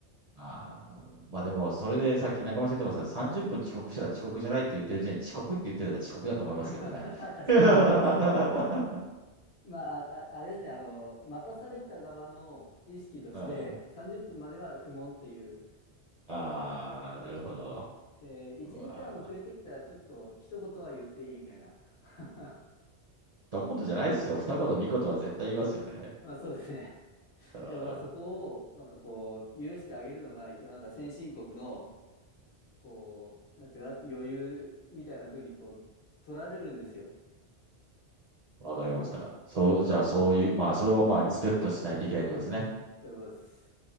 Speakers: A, on the right; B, on the left.
A: ああ、まあでも、それでさっき中村さん言ってました30分遅刻したら遅刻じゃないって言ってる時点で遅刻って言ってたら遅刻だと思いますけどね。
B: <laughs>
A: <laughs>
B: 確かに。
A: あ
B: まあ、あ、あれですね。あの、待たされた側の意識として、
A: あ、
B: 30分までは不問っていう。
A: ああなるほど。
B: で、1時間遅れてきたらちょっと一言は言っていいみたいな。
A: まあ、
B: <laughs>
A: 一言じゃないですよ。二言、三言は絶対言いますよね。
B: まあそうですね。
A: あ
B: でもまあそこをなんかこう許してあげるのが一応なんか先進国のこう、なんていうか、余裕みたいな風にこう、取られるんですよ。
A: あ、わかりました。そう、じゃあそういう、まあそれをまあリスペクトしないといけないってことですね。
B: そういうことです。